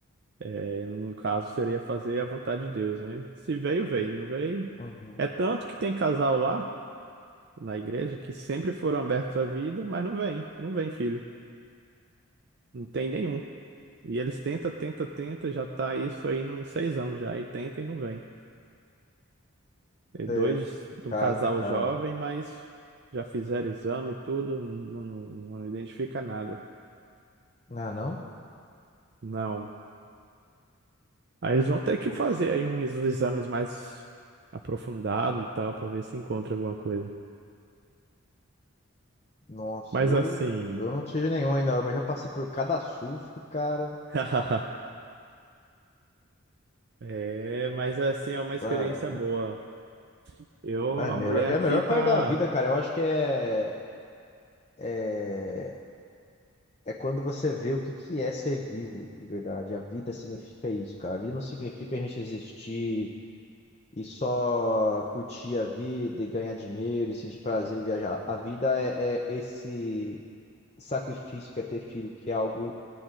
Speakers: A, on the right; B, on the left.
A: É, no caso, seria fazer a vontade de Deus, né? Se veio, veio. Não veio.
B: Uhum.
A: É tanto que tem casal lá na igreja que sempre foram abertos à vida, mas não vem. Não vem, filho. Não tem nenhum. E eles tenta, tenta, tenta, já tá isso aí nos seis anos já. E tenta e não vem. E dois
B: É complicado,
A: de um casal
B: né, cara?
A: jovem, mas já fizeram exame e tudo, não não identifica nada.
B: Ah, não?
A: Não. Aí eles vão ter que
B: Poxa,
A: fazer
B: cara.
A: aí uns exames mais aprofundados e tal, para ver se encontra alguma coisa.
B: Nossa,
A: Mas
B: eu,
A: assim.
B: eu não tive nenhum ainda, mas já passei por cada susto, cara.
A: <laughs> É, mas assim, é uma experiência
B: Sabe?
A: boa. Eu,
B: É, é,
A: a
B: melhor,
A: mulher
B: é
A: aqui
B: a melhor
A: tá.
B: parte da vida, cara. Eu acho que é, é, é quando você vê o que, que é ser vivo de verdade. A vida significa isso, cara. A vida não significa a gente existir. e só curtir a vida e ganhar dinheiro e sentir prazer em viajar. A vida é, é esse sacrifício que é ter filho, que é algo